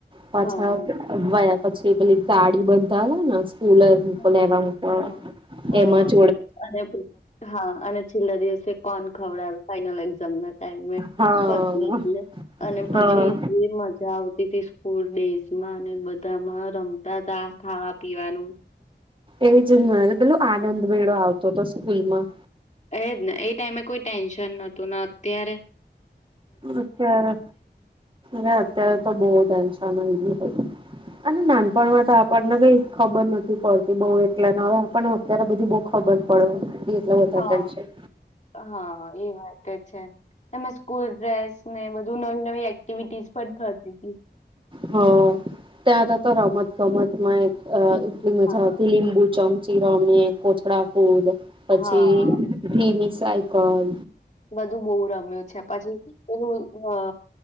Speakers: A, on the right (about 30°); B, on the left (about 40°).
A: પાછા
B: હા
A: અગ અગ્વય પછી પેલી ગાળી બનતા હોય ન સ્કૂલ
B: હા
A: લેવા મુક
B: હા, હા.
A: એમાંજ
B: અને હા અને છેલ્લા દિવસે કોણ ખબર ફાઈનલ એક્ઝામ ના ટ
A: હા.
B: પતી એટલે અને પછી
A: હા
B: જે મજા આવતી હતી સ્કૂલ ડેઝમાં અને બધામાં રમતા તા. ખાવા પીવાનું.
A: એ જ ન પેલું આનંદ ભાઈડો આવતો હતો સ્કૂલમાં.
B: એજને એ ટાઈમે કોઈ ટેન્શન નોતું ન ત્યારે
A: અત્યારે મે અત્યારે તો બો ટેન્શની હોય. અને નાનપણમાં તો આપણને કઈ ખબર નથી પડતી બઉ એલે હવે આપણને અત્યારે બધી બહ ખબર પડે એટલે બધા
B: હા
A: ટેન્શન
B: હા એ વાત છે તમે સ્કૂલ ડ્રેસ ને બધું નવી નવી એક્ટિવિટીઝ પણ થતી હતી.
A: હ તે આ તો રમત ગમત માહિત અ એટલી મજા
B: હા
A: આવતી લીંબુ ચમચી રમીએ કોથડા કૂદ પછી
B: હા
A: ધીમી સાઇકલ.
B: બધું બહુ રમ્યું છે પછી પેલું અ